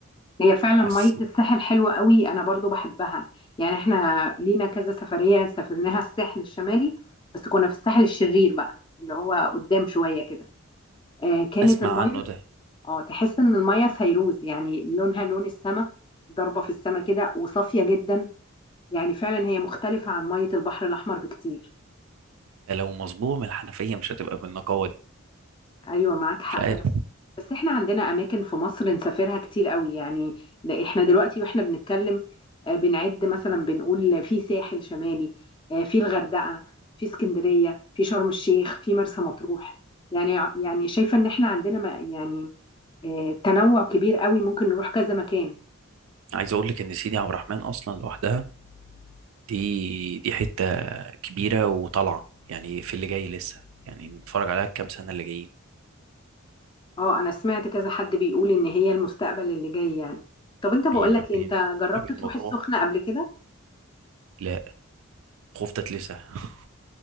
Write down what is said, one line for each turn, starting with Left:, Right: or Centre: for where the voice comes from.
Left: هي فعلا
Right: حسيت
Left: مية الساحل حلوة قوي أنا برضو بحبها يعني احنا لينا كذا سفرية سافرناها الساحل الشمالي بس كنا في الساحل الشرير بقى اللي هو قدام شوية كده آه كانت
Right: اسمع
Left: المية
Right: عنه ده
Left: اه تحس إن المية فيروز يعني لونها لون السما ضربة في السما كده وصافية جدا يعني فعلا هي مختلفة عن مية البحر الأحمر بكتير
Right: ده لو مصبوغ من الحنفية مش هتبقى بالنقاوة دي
Left: ايوه معاك حق
Right: مش عارف
Left: بس بس احنا عندنا اماكن في مصر نسافرها كتير قوي يعني ده احنا دلوقتي واحنا بنتكلم آه، بنعد مثلا بنقول في ساحل شمالي آه، في الغردقه في اسكندريه في شرم الشيخ في مرسى مطروح يعني يعني شايفه ان احنا عندنا ما- يعني آه، تنوع كبير قوي ممكن نروح كذا مكان
Right: عايز اقول لك ان سيدي عبد الرحمن اصلا لوحدها دي دي حتة كبيرة وطالعة يعني في اللي جاي لسه يعني نتفرج عليها الكام سنة اللي جايين
Left: اه انا سمعت كذا حد بيقول ان هي المستقبل اللي جاي يعني طب انت بقول
Right: هي ما
Left: لك
Right: بين
Left: انت جربت
Right: ما بين
Left: تروح
Right: مطروح
Left: السخنه قبل كده
Right: لا خفتت لسه <laughs>